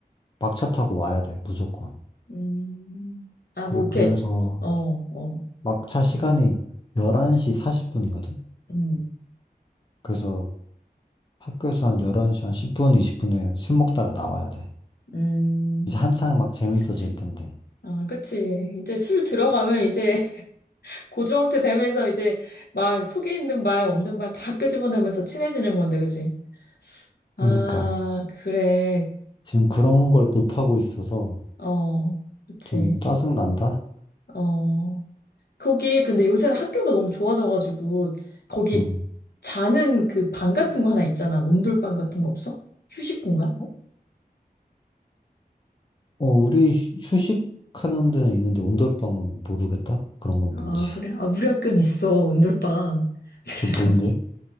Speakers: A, on the left; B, on the left.
A: 막차 타고 와야 돼 무조건.
B: 음. 아,
A: 그래
B: 뭐, 이렇게.
A: 그래서
B: 어, 어,
A: 막차 시간이 11시 40분이거든?
B: 음,
A: 그래서 학교에서 한 11시 한 10분, 20분에 술 먹다가 나와야 돼.
B: 음.
A: 이제 한창 막 재밌어질
B: 그치.
A: 텐데.
B: 아, 그치. 이제 술 들어가면 이제 <laughs> 고주망태 되면서 이제 막 속에 있는 말, 없는 말 다 끄집어내면서 친해지는 건데, 그치? 아,
A: 그러니까
B: 그래.
A: 지금 그런 걸 못하고 있어서
B: 어, 그치.
A: 좀 짜증난다?
B: 어, 거기 근데 요새는 학교가 너무 좋아져가지고 거기
A: 응.
B: 자는 그 방 같은 거 하나 있잖아. 온돌방 같은 거 없어? 휴식 공간?
A: 어, 어, 우리 휴- 휴식하는 데는 있는데 온돌방은 모르겠다? 그런 건
B: 아,
A: 뭔지. <laughs>
B: 그래? 아, 우리 학교는 있어, 온돌방. <laughs> 그래서.
A: 그 뭔데?